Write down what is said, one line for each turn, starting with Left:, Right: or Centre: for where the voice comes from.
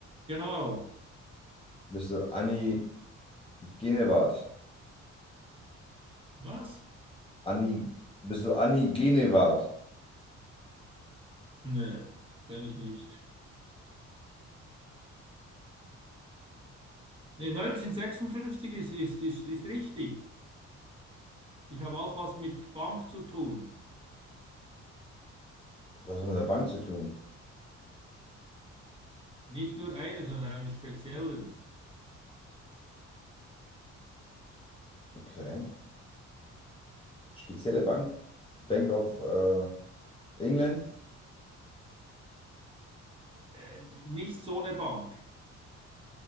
Right: Genau.
Left: Bist du Annie Genevard?
Right: Was?
Left: Annie, bist du Annie Genevard?
Right: Nee, kenne ich nicht. Nee, 1956 ist, ist, ist, ist richtig. Ich habe auch was mit Bank zu tun.
Left: Du hast was mit der Bank zu tun.
Right: Nicht nur eine, sondern einen speziellen.
Left: Okay. Spezielle Bank? Bank of äh, England?
Right: Äh, nicht so eine Bank.